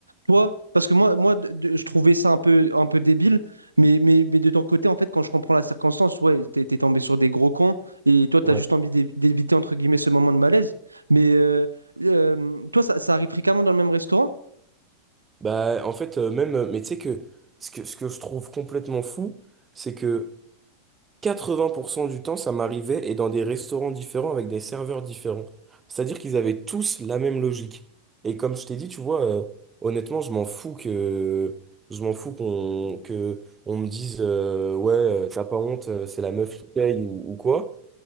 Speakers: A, on the right; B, on the right.
A: toi, parce que moi, moi, de- de- je trouvais ça un peu, un peu débile, mais, mais, mais de ton côté, en fait, quand je comprends la circonstance, ouais, t'es, t'es tombé sur des gros cons, et toi, t'as
B: Ouais.
A: juste envie d'é- d'éviter, entre guillemets, ce moment de malaise. Mais euh, euh, toi, ça, ça arrive fréquemment dans le même restaurant?
B: Bah, en fait, euh, même, euh, mais tu sais que ce que, ce que je trouve complètement fou, c'est que 80% du temps, ça m'arrivait et dans des restaurants différents avec des serveurs différents. C'est-à-dire qu'ils avaient tous la même logique. Et comme je t'ai dit, tu vois, euh, honnêtement, je m'en fous que je m'en fous qu'on que on me dise euh, ouais, euh, t'as pas honte, euh, c'est la meuf qui paye ou, ou quoi.